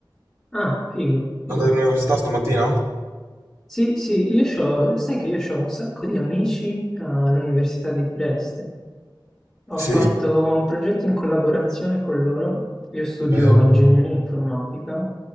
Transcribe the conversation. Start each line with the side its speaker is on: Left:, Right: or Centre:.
Centre: Ah, figo, figo.
Right: Andate all'università stamattina?
Centre: Sì, sì, io c'ho, sai che io ho un sacco di amici all'Università di Trieste. Ho
Right: Sì?
Centre: fatto un progetto in collaborazione con loro. Io studio
Right: Bello.
Centre: ingegneria informatica